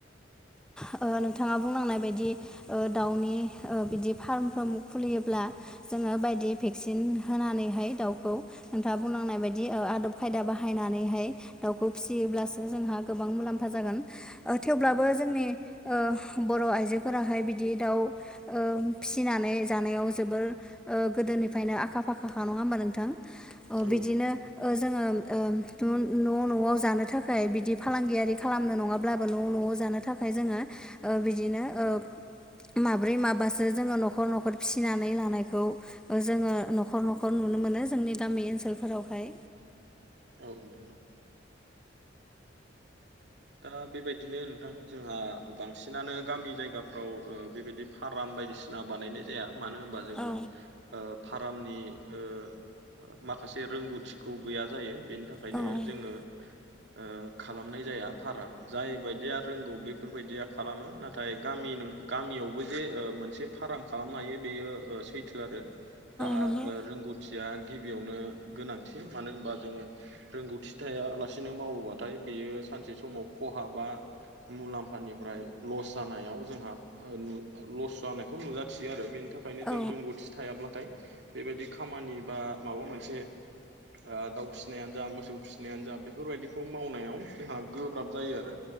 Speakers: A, on the right; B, in the centre.
A: <inaudible>
B: ओ नोंथाङा बुंलांनाय बायदि ओ दाउनि ओ बिदि फार्मफोर खुलियोब्ला जों जोङो बायदि भेक्सिन होनानैहाय दाउखौ नोंथाङा बुंलांनाय बायदि आदब खायदा बाहायनानैहाय दाउखौ फिसियोब्लासो जोंहा गोबां मु मुलाम्फा जागोन ओ थेवब्लाबो जोंनि ओ बर' आइजोफोराहाय बिदि दाउ ओ फिसिनानै जानायाव जोबोर ओ गोदोनिफ्रायनो आखा फाखा खा नङा होनबा नोंथां ओ
A: नोंथां
B: बिदिनो ओ जोङो ओ न'- न'आव जानो थाखाय बिदि फालांगियारि खालामनो नङाब्लाबो न'- न'आव जानो थाखाय जोङो ओ बिदिनो ओ माब्रै माबासो जोङो न'खर- न'खर फिसिनानै लानायखौ जोङो न'खर- न'खर नु नुनो मोनो जोंनि गामि ओनसोलफोरावहाय
A: औ नोंथां औ ओ बेबायदिनो नोंथां जोंहा बांसिनानो गामि जायगाफ्राव ओ बेबायदि फाराम बायदिसिना बानायनाय जाया मानो होनबा जोङो
B: औ
A: ओ फारामनि ओ माखासे रोंगौथिखौ गैया जायो बेनि थाखायनो
B: औ
A: जोङो ओ खालामनाय जाया फाराम जाय बायदिया रोंगौ बेफोरबायदिया खालामो नाथाय गामि न गामियावबो जे मोनसे फार्म खालामनो हायो बेयो सैथो आरो दा
B: नंगौ
A: ओ रोंगौथि या गिबियावनो गोनांथि मानो होनबा जोङो रोंगौथि थाया लासेनो मावोबाथाय बे बियो सानसे समाव खहाबा मुलाम्फानिफ्राय लस जानायाव जोंहा ओ लस जानायखौ नुजाथियो आरो बे नि थाखायनो
B: औ
A: जों रोंगौथि थायाब्लाथाय बेबायदि खामानि बा माबा मोनसे ओ दाउ फिसिनायानो जा मोसौ फिसिनायानो जा बेफोरबायाददिखौ मावनायाव जोंहा गोब्राब जायो आरो